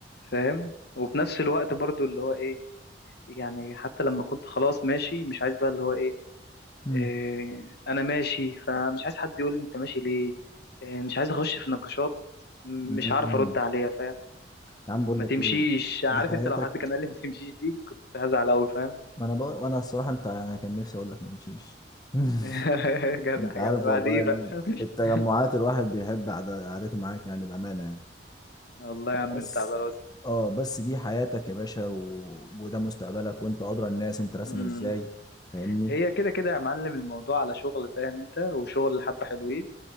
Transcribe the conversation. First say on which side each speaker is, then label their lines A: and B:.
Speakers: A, on the left; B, on the left.
A: فاهم وفي نفس الوقت برضو اللي هو ايه يعني حتى لما كنت خلاص ماشي مش عايز بقى اللي هو ايه,
B: مم.
A: إيه انا ماشي فمش عايز حد يقول لي انت ماشي ليه إيه مش عايز اخش في نقاشات م-
B: مم.
A: مش عارف ارد عليها فاهم
B: يا عم بقول
A: ما
B: لك
A: تمشيش
B: ايه
A: عارف
B: دي حياتك
A: انت لو حد كان قال لي ما تمشيش دي كنت هزعل قوي فاهم
B: ما انا بقى انا الصراحه انت انا كان نفسي اقول لك ما نمشيش <laughs>
A: <laughs> جدع
B: انت عارف
A: جدع بعد
B: والله
A: ايه
B: يعني
A: بقى <laughs>
B: في التجمعات الواحد بيحب قعد- قعدته معاك يعني بأمانة يعني
A: والله يا عم
B: بس
A: انت على راسي
B: اه بس دي حياتك يا باشا و... وده مستقبلك وانت ادرى الناس انت راسمه
A: مم.
B: ازاي فاهمني
A: هي كده كده يا معلم الموضوع على شغل فاهم انت وشغل حبة حلوين